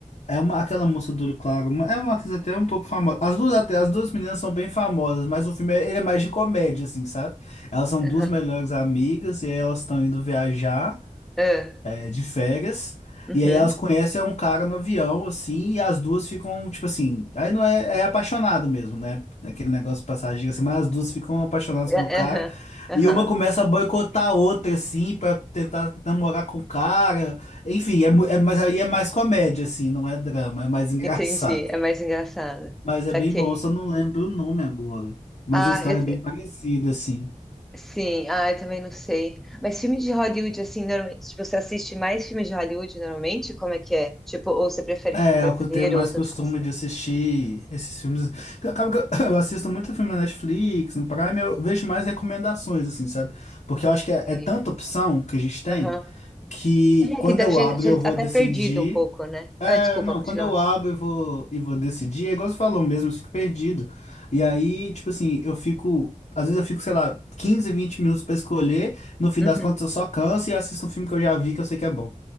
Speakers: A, on the left; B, in the centre.
A: É uma, aquela moça do olho claro. uma- É uma atriz até um pouco famosa. As duas, até- as duas meninas são bem famosas, mas o filme é- ele é mais de comédia, assim, sabe? Elas são
B: aham,
A: duas melhores amigas e aí elas estão indo viajar
B: é,
A: é, de férias.
B: uhum,
A: E aí elas conhecem um cara no avião, assim, e as duas ficam, tipo assim, aí não é, é apaixonado mesmo, né? Aquele negócio de passagem, assim, mas as duas ficam apaixonadas
B: é,
A: pelo
B: é,
A: cara.
B: aham, aham.
A: E uma começa a boicotar a outra, assim, pra tentar namorar com o cara. Enfim, é, mu- é, mas aí é mais comédia, assim, não é drama, é mais <laughs> engraçado.
B: Entendi, é mais engraçado.
A: Mas
B: Saquei.
A: é bem bom, só não lembro o nome agora. Mas
B: Ah,
A: a história
B: eu,
A: é bem parecida, assim.
B: Sim, ah, eu também não sei. Mas filme de Hollywood, assim, normalmente, tipo, você assiste mais filme de Hollywood normalmente? Como é que é? Tipo, ou você prefere
A: É,
B: filme brasileiro,
A: eu tenho mais
B: ou
A: costume
B: tanto faz?
A: de assistir esses filmes. Porque Acaba que eu, <coughs> <clears throat> eu assisto muito filme na Netflix, no Prime, eu vejo mais recomendações, assim, sabe? Porque eu acho que é,
B: Sei.
A: é tanta opção que a gente tem
B: Aham.
A: que
B: É,
A: quando
B: que deve
A: eu
B: ser
A: abro eu
B: deve
A: vou
B: até
A: decidir.
B: perdido um pouco, né? Ah,
A: É,
B: desculpa,
A: não,
B: continua.
A: quando eu abro eu vou, e vou decidir, é igual você falou mesmo, eu fico perdido. E aí, tipo assim, eu fico. Às vezes eu fico, sei lá, 15 20 minutos pra escolher, no fim
B: Uhum.
A: das contas eu só canso e assisto um filme que eu já vi que eu sei que é bom.